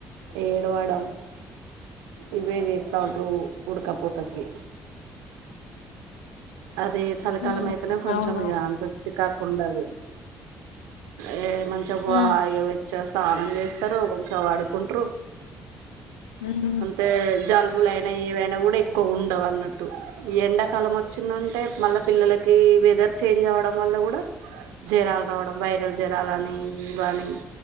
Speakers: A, on the right; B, on the left.
A: ఏడవడం ఇవే చేస్తా ఉంట్రు ఉడకపోతకి అదే చలికాలం
B: ఉమ్,
A: అయితేనే కొంచెం
B: అవునవును
A: ఇ అంతలకి కాకుండదు ఏ మంచ బాగా
B: ఉమ్
A: విచ్చేస్ స్నానం చేస్తారు కొంచము ఆడుకుంటరు
B: ఉమ్
A: అంటే జల్ వులైన ఏవైనా కూడా ఎక్కువ ఉండవు అన్నట్టు ఎండాకాలం వచ్చిందంటే మళ్ళీ పిల్లలకి వెదర్ చేంజ్ అవ్వడం వల్ల గుడా జరాలు రావడం వైరల్ జరాలని ఇవన్